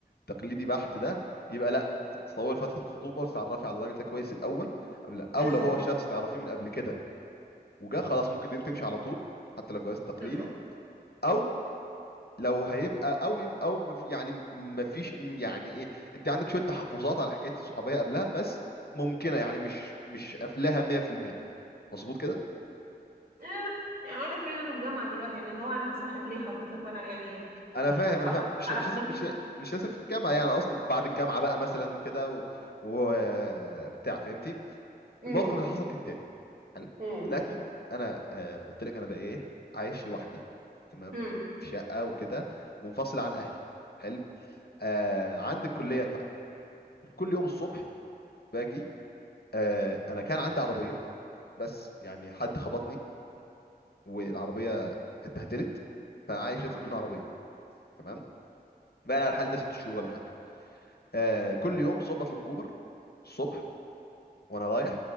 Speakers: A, on the left (about 70°); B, on the right (about 60°).
A: تقليدي بحت ده يبقى لا تطول فترة الخطوبة وتتعرفي على الراجل ده كويس الاول قبل
B: بالظبط
A: او لو هو شخص تعرفيه من قبل كده وجا خلاص ممكن الدنيا تمشي على طول حتى لو جواز تقليدي
B: بالظبط
A: او لو هيبقى قوي او مف- يعني مفيش يعني ايه انت عندك شويه تحفظات على حكايه الصحوبيه قبلها بس ممكنه يعني مش مش قافلاها 100% مظبوط كده
B: اه يعني اقول لك حاجه انا في جامعه دلوقتي يعني اللي هو انا هصاحب ليه حضرتك وانا يعني
A: انا
B: آه،
A: فاهم
B: خلاص
A: انا فاهم مش
B: على
A: مش
B: خطوبي
A: لازم مش مش لازم في الجامعه يعني قصدي بعد الجامعه بقى مثلا كده و... و... بتاع فهمتي
B: امم
A: الموقف اللي حصل كالتالي حلو
B: امم
A: دلوقتي انا آه، قلت لك انا بقيت عايش لوحدي تمام
B: امم
A: في شقه وكده منفصل عن اهلي حلو آه عندي الكليه بتاعتي كل يوم الصبح باجي آه، انا كان عندي عربيه بس يعني حد خبطني والعربيه اتبهدلت فعايش
B: امم
A: دلوقتي بدون عربيه تمام بقى على الحال ده ست شهور ولا حاجه آه، كل يوم صبح بطلب اوبر الصبح وانا رايح